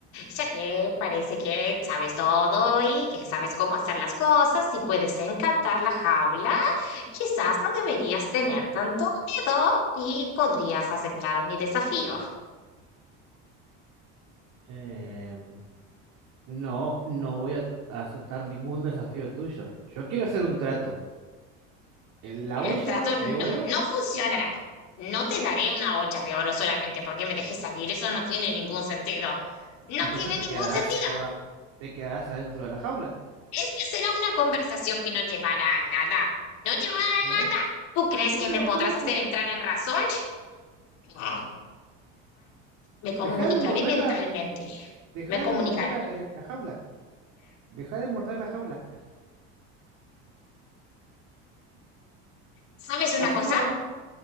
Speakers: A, on the left; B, on the right.
A: ya que parece que sabes todo y que sabes cómo hacer las cosas y puedes encantar la jaula. Quizás no deberías tener tanto miedo y podrías aceptar mi desafío.
B: Em, no, no voy a aceptar ningún desafío tuyo. Yo quiero hacer un trato. En La
A: El
B: olla
A: trato no,
B: de oro,
A: no funcionará. No te daré una olla de oro solamente porque me dejes salir. Eso no tiene ningún sentido. No
B: entonces
A: tiene
B: te
A: ningún
B: quedarás
A: sentido.
B: toda, te quedarás adentro de la jaula.
A: Esta será una conversación que no llevará a nada. No llevará
B: Por
A: a
B: eso.
A: nada. ¿Tú crees
B: Y bueno,
A: que me podrás
B: por eso.
A: hacer entrar en razón? No. Me comunicaré
B: Deja de morderla,
A: mentalmente.
B: deja
A: Me comunicaré.
B: de morder la, el- la jaula. Deja de morder la jaula.
A: ¿Sabes una
B: Así
A: cosa?
B: no vamos.